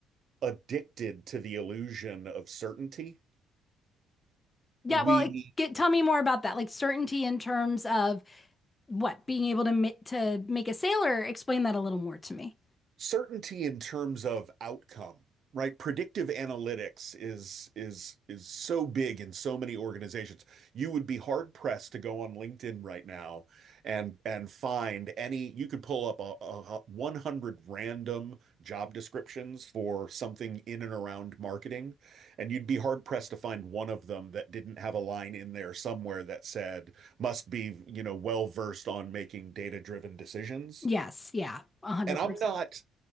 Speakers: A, on the right; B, on the left.
A: addicted to the illusion of certainty.
B: Yeah.
A: We
B: Well, it, get, tell me more about that. Like certainty in terms of what being able to ma- to make a sailor explain that a little more to me
A: certainty in terms of outcome, right? Predictive analytics is is is so big in so many organizations. You would be hard pressed to go on LinkedIn right now and and find any. You could pull up a, a, 100 random job descriptions for something in and around marketing, and you'd be hard pressed to find one of them that didn't have a line in there somewhere that said must be, you know, well versed on making data driven decisions.
B: yes yeah 100%
A: And I'm not